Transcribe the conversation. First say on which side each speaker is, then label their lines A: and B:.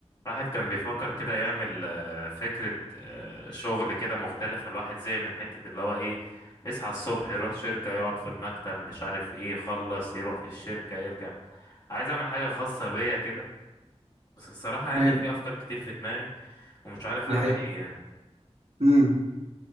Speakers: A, on the left (about 35°); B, on the right (about 70°).
A: الواحد كان بيفكر كده يعمل آه، فكرة آه، شغل كده مختلفة الواحد زي من حتة اللي هو ايه يصحى الصبح يروح شركة يقعد في المكتب مش عارف ايه يخلص يروح في الشركة يرجع عايز اعمل حاجة خاصة بيا كده بس الصراحة يعني
B: تمام
A: في افكار كتير في دماغي ومش عارف
B: دي
A: اعمل
B: حقيقة
A: ايه يعني
B: امم